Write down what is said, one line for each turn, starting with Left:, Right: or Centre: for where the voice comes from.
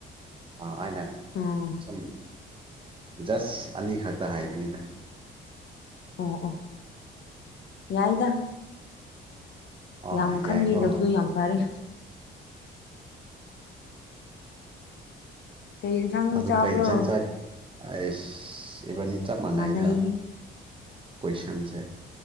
Right: ꯑ ꯑꯩꯅ
Left: ꯑꯥ
Right: ꯁꯨꯝ ꯖꯁ ꯑꯅꯤꯈꯛꯇ ꯍꯥꯏꯕꯅꯤꯅ
Left: ꯑꯣ ꯑꯣ ꯌꯥꯏꯗ
Right: ꯑꯣ
Left: ꯌꯥꯝ ꯈꯟꯕꯤꯗꯕꯗꯨ
Right: ꯌꯥꯏꯀꯣ
Left: ꯌꯥꯝ ꯐꯔꯦ ꯀꯔꯤ ꯏꯟꯁꯥꯡ
Right: ꯑꯗꯨ
Left: ꯆꯥꯕ꯭ꯔꯣ
Right: ꯀꯩ ꯍꯤꯡꯖꯥꯡ ꯆꯥꯒꯦ ꯑꯩꯁ ꯏꯕꯅꯤ ꯆꯞ ꯃꯥꯟꯅꯩꯗ
Left: ꯃꯥꯟꯅꯩꯍꯦ
Right: ꯀꯣꯏꯁꯟꯁꯦ